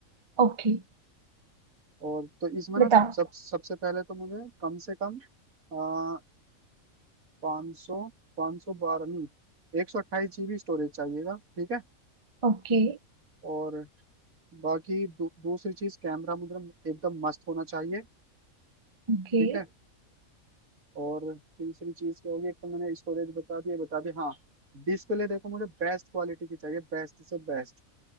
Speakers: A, on the right; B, on the right.
A: ओके
B: और तो इसमें
A: बताओ
B: ना सब सबसे पहले तो मुझे कम से कम आ, पाँच सौ पाँच सौ बारह नहीं एक सौ अट्ठाईस जीबी स्टोरेज चाहिएगा ठीक है
A: ओके
B: और बाकी दू, दूसरी चीज कैमरा मुझे एकदम मस्त होना चाहिए
A: ओके
B: ठीक है और तीसरी चीज क्या होगी एक तो मैंने स्टोरेज बता दी ये बता दी हाँ डिस्प्ले देखो मुझे बेस्ट क्वालिटी की चाहिए बेस्ट से बेस्ट